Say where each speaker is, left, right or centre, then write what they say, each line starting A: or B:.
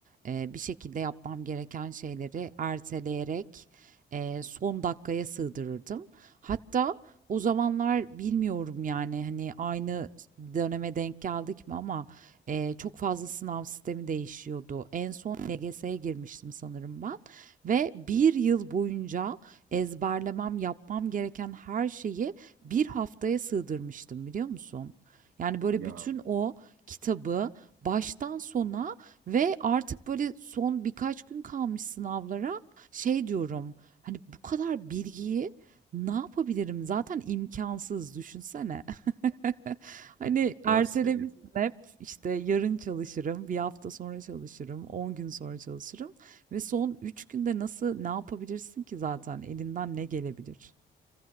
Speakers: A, on the right; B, on the right.
A: Ee, bir şekilde yapmam gereken şeyleri erteleyerek e, son dakikaya sığdırırdım. Hatta o zamanlar bilmiyorum yani hani aynı döneme denk geldik mi ama e, çok fazla sınav sistemi değişiyordu. En son LGS'ye girmiştim sanırım ben ve bir yıl boyunca ezberlemem, yapmam gereken her şeyi bir haftaya sığdırmıştım, biliyor musun? Yani, böyle,
B: Ya
A: bütün o kitabı baştan sona ve artık, böyle, son birkaç gün kalmış sınavlara şey diyorum, hani, bu kadar bilgiyi ne yapabilirim? Zaten imkansız, düşünsene. <laughs>
B: <laughs>
A: Hani,
B: Hı,
A: ertelemişsin
B: Doğru söylüyorsun.
A: hep, işte, yarın çalışırım, bir hafta sonra çalışırım, 10 gün sonra çalışırım. Ve son 3 günde nasıl ne yapabilirsin ki zaten elinden ne gelebilir?